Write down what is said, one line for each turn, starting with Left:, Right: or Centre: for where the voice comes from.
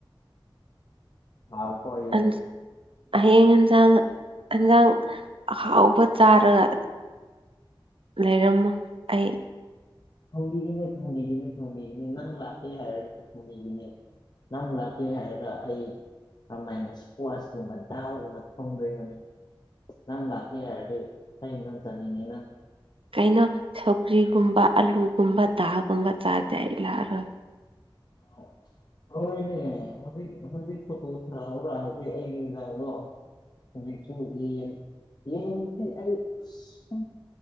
Left: ꯂꯥꯎ ꯈꯣꯏ
Right: ꯑꯟꯁ ꯍꯌꯦꯡ ꯌꯦꯟꯁꯥꯡ ꯍꯟꯖꯥꯡ ꯑꯍꯥꯎꯕ ꯆꯥꯔꯒ ꯂꯩꯔꯝꯃꯨ ꯑꯩ
Left: ꯊꯣꯡꯕꯤꯒꯦꯅꯦ ꯊꯣꯡꯕꯤꯒꯦꯅꯦ ꯊꯣꯡꯕꯤꯒꯅꯤ ꯅꯪ ꯂꯥꯛꯀꯦ ꯍꯥꯏꯔꯗꯤ ꯊꯣꯡꯕꯤꯒꯤꯅꯦ ꯅꯪ ꯂꯥꯛꯀꯦ ꯍꯥꯏꯔꯒ ꯑꯩ <unintelligible> ꯅꯪ ꯂꯥꯛꯀꯦ ꯍꯥꯏꯔꯗꯤ ꯑꯩ ꯑꯗꯨꯝ ꯆꯥꯅꯤꯡꯉꯦꯅ
Right: ꯀꯩꯅꯣ ꯁꯧꯒ꯭ꯔꯤꯒꯨꯝꯕ ꯑꯥꯂꯨꯒꯨꯝꯕ ꯗꯥꯜꯒꯨꯝꯕ ꯆꯥꯔꯗꯤ ꯑꯩ ꯂꯥꯛꯑꯔꯣꯏ
Left: <unintelligible> ꯇꯧꯔꯣꯏꯅꯦ ꯍꯧꯖꯤꯛ ꯍꯧꯖꯤꯛ ꯐꯣꯇꯣ ꯊꯥꯔꯛ ꯎꯔꯥ ꯍꯧꯖꯤꯛ ꯑꯩꯒꯤ ꯌꯦꯟꯖꯥꯡꯗꯣ ꯍꯧꯖꯤꯛꯁꯨ ꯌꯦꯟ ꯌꯦꯟꯗꯤ ꯑꯩ ꯑꯁ